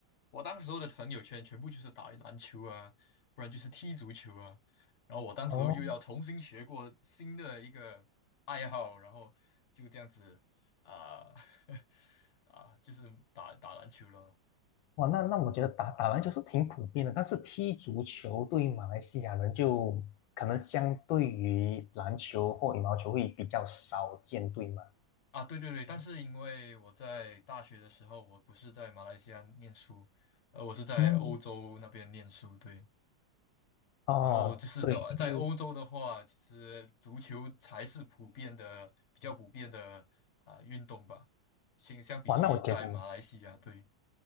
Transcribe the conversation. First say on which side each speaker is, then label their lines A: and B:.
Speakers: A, on the left; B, on the left.
A: 我当时候的朋友圈全部就是打篮球啊，不然就是踢足球啊。然后我当时候又要重新学过新的一个爱好，
B: 哦。
A: 然后就这样子啊 <laughs> 啊，就是打打篮球了。
B: 哇，那那我觉得打打篮球是挺普遍的，但是踢足球对于马来西亚人就可能相对于篮球或羽毛球会比较少见，对吗？
A: 啊，对对对，但是因为我在大学的时候，我不是在马来西亚念书，呃，我是在欧洲那边念书，
B: 嗯，
A: 对。
B: 哦，
A: 然后就是在在欧洲的话，
B: 对，因为
A: 其实足球才是普遍的、比较普遍的啊、运动吧，相相比起在马来西亚，
B: 哇，那我觉得
A: 对，